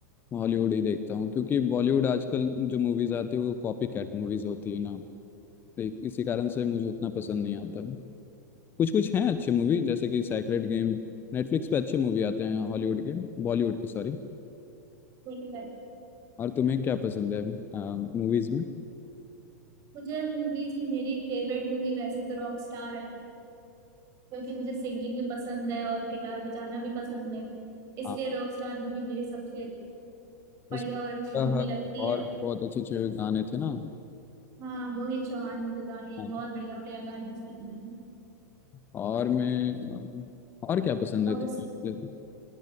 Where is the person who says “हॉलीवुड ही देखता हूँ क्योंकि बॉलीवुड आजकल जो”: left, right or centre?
Left